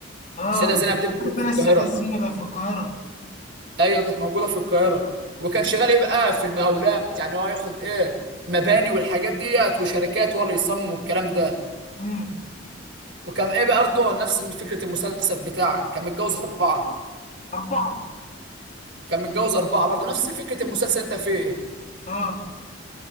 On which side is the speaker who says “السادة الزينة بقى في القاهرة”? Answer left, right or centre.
Left